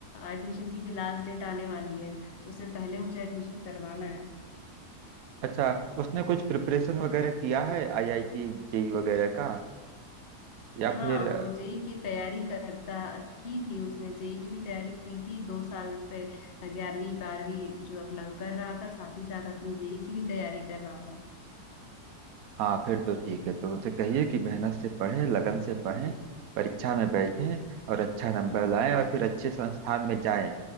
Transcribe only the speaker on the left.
एडमिशन की भी लास्ट डेट आने वाली है तो उससे पहले मुझे एडमिशन करवाना है
हाँ
वो जेई की तैयारी करता की थी उसने जेई की भी तैयारी की थी दो साल से ग्यारहवीं बारहवीं जो अपना कर रहा था साथ ही साथ अपनी जेई की भी तैयारी कर रहा था